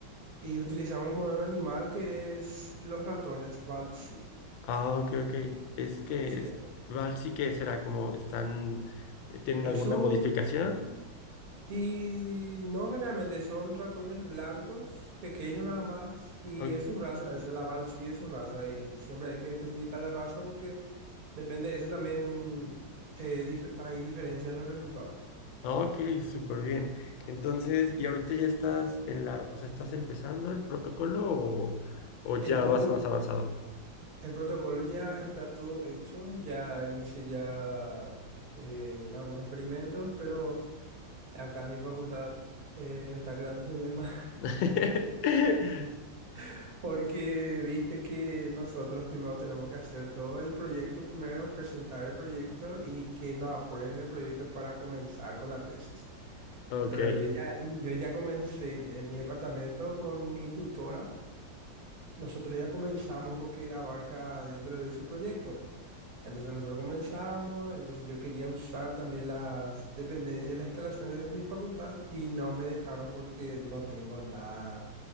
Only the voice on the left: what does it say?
Ah, ok, ok. Es que
es,
Val sí que será como están, eh, ¿tienen alguna
modificación?
O-
ah, Ok, súper bien. Entonces, ¿y ahorita ya estás en la, o sea, estás empezando el protocolo o, o ya
vas más avanzado?
<laughs>
Ok.